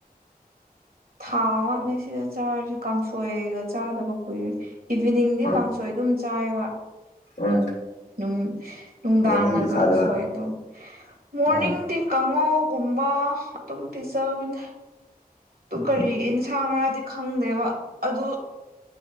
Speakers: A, on the right (about 70°); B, on the left (about 80°).
A: ꯊꯥꯎ ꯉꯥꯛꯅꯦ ꯁꯤꯗ ꯆꯥꯔꯤꯁꯦ ꯀꯥꯡꯁꯣꯏꯒ ꯆꯥꯗꯕ ꯀꯨꯏꯔꯦ ꯏꯚꯤꯅꯤꯡꯗꯤ
B: ꯑ
A: ꯀꯥꯡꯁꯣꯏ ꯑꯗꯨꯝ ꯆꯥꯏꯕ
B: ꯎꯝ
A: ꯅꯨꯡ ꯅꯨꯡꯗꯥꯡꯅ
B: ꯃꯣꯔꯅꯤꯡꯒꯤ
A: ꯀꯥꯡꯁꯣꯏ
B: ꯆꯥꯗꯕ
A: ꯑꯗꯨꯝ ꯃꯣꯔꯅꯤꯡꯗꯤ
B: ꯑ ꯎꯝ
A: ꯀꯥꯡꯉꯧꯒꯨꯝꯕ ꯑꯗꯨꯝ ꯄꯤꯖꯕꯅꯦ ꯇꯣ ꯀꯔꯤ
B: ꯎꯝ
A: ꯏꯟꯁꯥꯥꯡꯔꯗꯤ ꯈꯪꯗꯦꯕ ꯑꯗꯣ